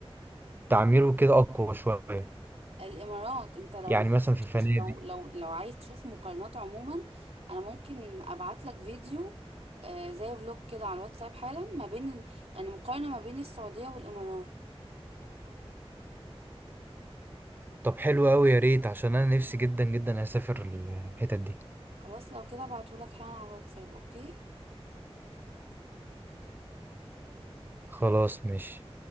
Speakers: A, on the right; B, on the right.
A: التعمير وكده اقوى شويه
B: الامارات انت لو
A: يعني
B: ما شفتش
A: مثلا في الفنادق
B: لو لو لو عايز تشوف مقارنات عموما انا ممكن ابعت لك فيديو آه، زي فلوج كده على الواتساب حالا ما بين يعني مقارنة ما بين السعودية والامارات
A: طب حلو قوي يا ريت عشان انا نفسي جدا جدا اسافر الحتت دي
B: خلاص لو كده ابعته لك حالا على الواتساب اوكي
A: خلاص ماشي